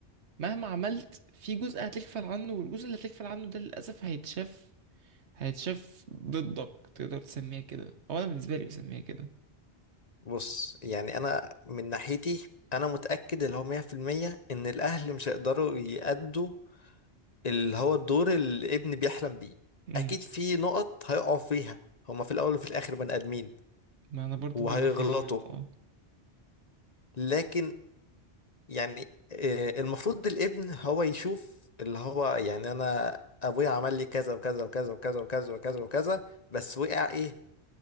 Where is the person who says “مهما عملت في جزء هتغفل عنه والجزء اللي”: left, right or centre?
Right